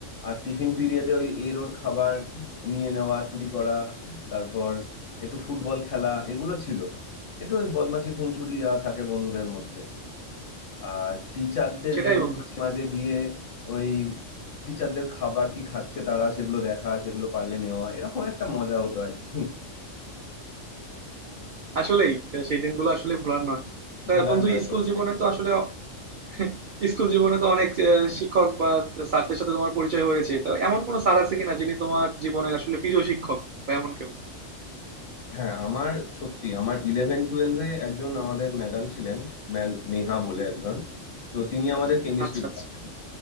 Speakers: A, on the left; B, on the right.
A: আর টিফিন পিরিয়ডে ওই এর ওর খাবার নিয়ে নেওয়া চুরি করা তারপর একটু ফুটবল খেলা এগুলো ছিল একটু ওই বদমাশি খুনসুটি যা থাকে বন্ধুদের মধ্যে আর টিচারদের
B: সেটাই
A: রুমে
B: বন্ধু
A: মাঝে মাঝে গিয়ে ওই টিচারদের খাবার কি খাচ্ছে তারা সেগুলো দেখা সেগুলো পারলে নেওয়া এরকম একটা মজা হতো আর কি
B: আসলেই আহ, সেই দিনগুলো আসলে ভোলার নয়। তা
A: ভোলার
B: বন্ধু
A: নয়
B: স্কুল
A: সত্যি
B: জীবনে তো আসলে <laughs> স্কুল জীবনে তো অনেক আহ, শিক্ষক বা স্যারদের সাথে তোমার পরিচয় হয়েছে। তো এমন কোনো স্যার আছে কিনা যিনি তোমার জীবনের আসলে প্রিয় শিক্ষক বা এমন কেউ?
A: হ্যাঁ আমার সত্যি আমার ইলেভেন টুয়েলভে একজন আমাদের ম্যাডাম ছিলেন ম্যাম নেহা বলে একজন তো তিনি আমাদের কেমিস্ট্রি
B: আচ্ছা, আচ্ছা।
A: পড়াতেন